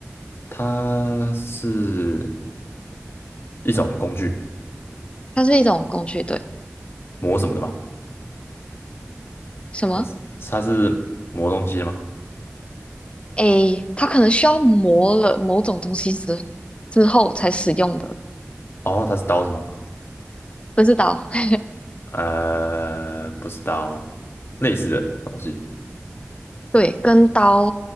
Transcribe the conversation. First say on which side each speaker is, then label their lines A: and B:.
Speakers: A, on the left (about 50°); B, on the left (about 25°).
A: 它是一种工具，
B: 它是一种工具。对，
A: 磨什么的吗？
B: 什么？
A: 还是它是磨东西的吗？
B: 诶，它可能需要磨了某种东西之之后才使用的，
A: 哦，它是刀子吗？
B: 不是刀。<laughs>
A: 呃，不是刀，类似的东西，
B: 对，跟刀